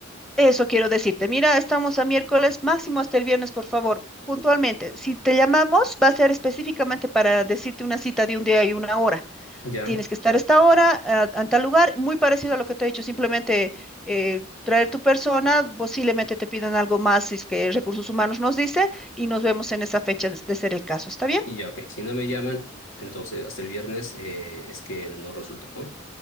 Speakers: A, in the centre; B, on the left (about 75°).
A: Eso quiero decirte. Mira, estamos a miércoles, máximo hasta el viernes, por favor, puntualmente. Si te llamamos, va a ser específicamente para decirte una cita de un día y una hora.
B: Ya,
A: Tienes que estar a esta hora, a, a tal lugar, muy parecido a lo que te he dicho, simplemente eh, traer tu persona, posiblemente te pidan algo más, si es que recursos humanos nos dice, y nos vemos en esa fecha de de ser el caso. ¿Está bien?
B: y ya, ok. Si no me llaman, entonces hasta el viernes eh, es que no resultó, ¿no?